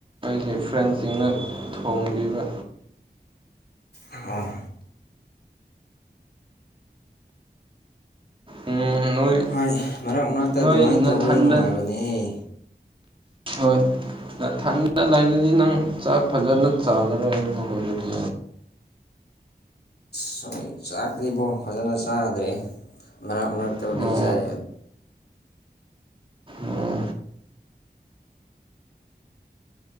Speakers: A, on the right; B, on the left.
A: ꯑꯩꯒꯤ ꯐ꯭ꯔꯦꯟꯁꯤꯡꯅ ꯊꯣꯡꯕꯤꯕ
B: ꯑꯣ
A: ꯎꯝ ꯅꯣꯏ
B: ꯍꯣꯏ ꯃꯔꯛ ꯃꯔꯛꯇ
A: ꯅꯣꯏ
B: ꯑꯗꯨꯃꯥꯏꯅ
A: ꯅꯊꯟꯗ
B: ꯇꯧꯕꯗꯣ ꯅꯨꯡꯉꯥꯏꯕꯅꯦꯍ
A: ꯍꯣꯏ ꯅꯊꯟꯗ ꯂꯩꯔꯗꯤ ꯅꯪ ꯆꯥꯛ ꯐꯖꯅ ꯆꯥꯒꯔꯣꯏꯀꯣ ꯑꯗꯨꯗꯤ
B: ꯁꯨꯝ ꯆꯥꯛꯇꯕꯣ ꯐꯖꯅ ꯆꯥꯗ꯭ꯔꯦ ꯃꯔꯛ ꯃꯔꯛꯇꯕꯨꯗꯤ
A: ꯑꯣ
B: ꯆꯥꯏ
A: ꯑꯣ